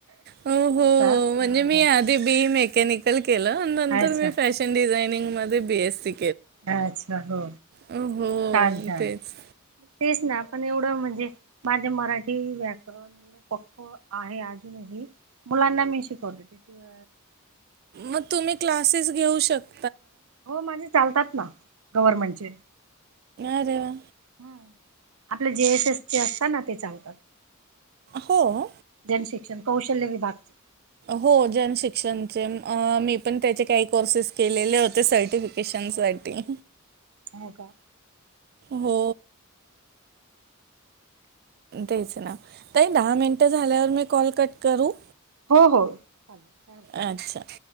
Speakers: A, on the right; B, on the right.
A: हो हो
B: का ह
A: म्हणजे मी
B: ह
A: आधी बी मॅ- मेकॅनिकल. केलं नंतर
B: अच्छा
A: मी फॅशन डिझाईन <unintelligible> मध्ये बीएससी
B: अच्छा हो?
A: हो
B: छान छान
A: तेच
B: तेच ना पण एवढं म्हणजे, माझे मराठी व्याकरण पक्क आहे अजूनही मुलांना मी शिकवते तिथे.
A: मग तुम्ही क्लासेस घेऊ शक-
B: हो माझे चालतात. ना गवररमेंटचे.
A: अरे वा
B: हम्म आपले जेएस एस चे असतात ना ते चालतात.
A: हो.
B: जन शिक्षण कौशल्य विभाग
A: हो <unintelligible> मी पण त्याचे काही कोर्सेस केलेले होते सर्टिफिकेशन साठी.
B: हो का?
A: हो तेच ना ताई दहा मिनट झाल्यावर मी. कॉल कट करू.
B: हो हो चालेल. काय हरकत नाही
A: अच्छा